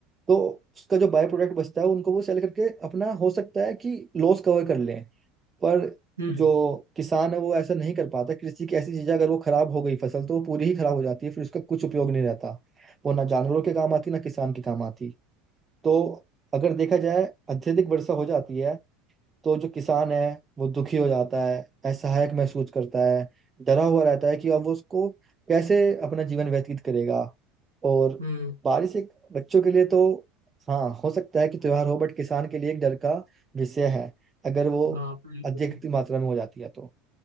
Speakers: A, on the right; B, on the right.
A: तो उसका जो बाय प्रोडक्ट बचता है उनको वो सेल करके अपना हो सकता है कि लॉस कवर कर लें पर
B: हम्म
A: जो किसान है वो ऐसा नहीं कर पाता कृषि की ऐसी चीजें अगर वो खराब हो गई फसल तो वो पूरी ही खराब हो जाती है फिर उसका कुछ उपयोग नहीं रहता वो ना जानवरों के काम आती ना किसान के काम आती तो अगर देखा जाए अत्यधिक वर्षा हो जाती है तो जो किसान है वो दुखी हो जाता है असहायक महसूस करता है डरा हुआ रहता है कि अब वो उसको कैसे अपना जीवन व्यतीत करेगा और
B: हम्म
A: बारिश एक बच्चों के लिए तो हाँ हो सकता है कि त्योहार हो बट किसान के लिए एक डर का विषय है अगर वो
B: हाँ बिल्कुल
A: अधिक मात्रा में हो जाती है तो